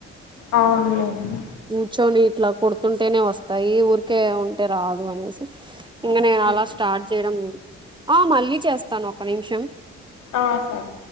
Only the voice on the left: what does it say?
అవునులేండి
ఉమ్
ఆ సార్